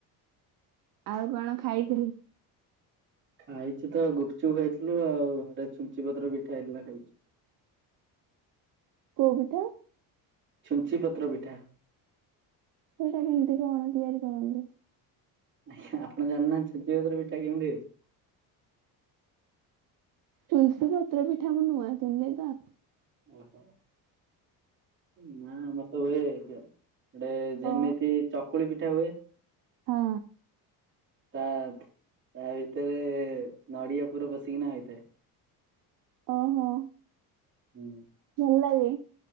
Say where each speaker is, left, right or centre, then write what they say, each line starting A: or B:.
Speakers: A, on the right; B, on the right.
A: ଆଉ କଣ ଖାଇଥିଲେ?
B: ଖାଇଚି ତ ଏଇ ଗୁପଚୁପ୍ ଖାଇଥିଲୁ ଆଉ ଘରେ ଛୁଞ୍ଚି ପତ୍ର ପିଠା ହେଇଥିଲା ଖାଇଚି।
A: କୋଉ ପିଠା?
B: ଛୁଞ୍ଚି ପତ୍ର ପିଠା।
A: ସେଇଟା କେମତି କଣ ତିଆରି କରନ୍ତି?
B: ଆଜ୍ଞା ଆପଣ ଜାଣିନାହାନ୍ତି ଛୁଞ୍ଚି ପତ୍ର ପିଠା କେମିତି ହୁଏ।
A: ଛୁଞ୍ଚି ପତ୍ର ପିଠା ମୁଁ ନୂଆଁ ଶୁଣିଲି ତ।
B: ଓହୋ ନା ଆମର ତ ହୁଏ ଏଇ ଯେ ଗୋଟେ ଯେମିତି
A: ଓ
B: ଚକୁଳି ପିଠା ହୁଏ
A: ହଁ।
B: ତା ଥେ ତା ଭିତରେ ନଡିଆ ପୁର ପସିକିନା ହେଇଥାଏ।
A: ଓହୋ।
B: ହୁଁ।
A: ଭଲଲାଗେ?